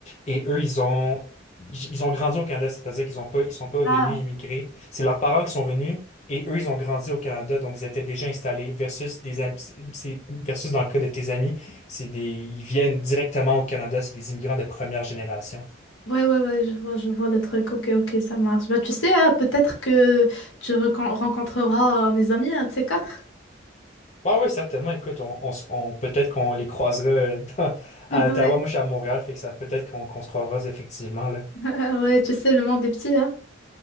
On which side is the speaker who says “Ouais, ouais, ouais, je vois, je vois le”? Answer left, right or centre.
Left